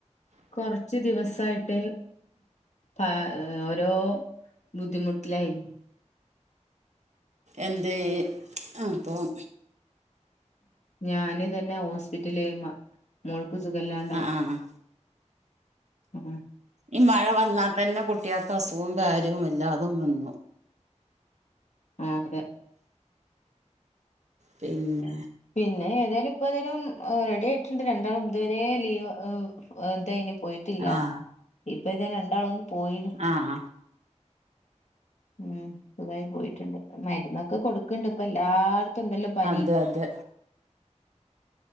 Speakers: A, on the left (about 70°); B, on the right (about 70°).
A: കുറച്ച് ദിവസായിട്ട് പ ഓരോ ബുദ്ധിമുട്ടത്തിലൈർന്ന്
B: എന്തെ അപ്പോം
A: ഞാന് തന്നെ ഹോസ്പിറ്റലെയ്മ മോൾക്ക് സുഖല്ലാണ്ടായി
B: ആഹ് ആഹ്
A: മ്മ്
B: ഈ മഴ വന്നാൽ തന്നെ കുട്ടിയോക്ക് അസുഖവും കാര്യവും എല്ലാതും വന്നു
A: ആഹ് അതെ
B: പിന്നെ
A: പിന്നെ ഏതായാലും ഇപ്പ ഏതായാലും റെഡി ആയിട്ടുണ്ട് രണ്ടാളും ഇതുവരെ ലീവ് ഏ ഏ ഇതായിന്നു പോയിട്ടില്ല
B: ആഹ്
A: ഇപ്പ ദേ രണ്ടാളും ഒന്ന് പോയിണ്
B: ആഹ്
A: ഉം സുഖായി പോയിട്ടുണ്ട് മരുന്നൊക്കെ കൊടുക്കണ്ട് ഇപ്പൊ എല്ലായിടത്തും ഉണ്ടല്ലോ പനി
B: അതെ അതെ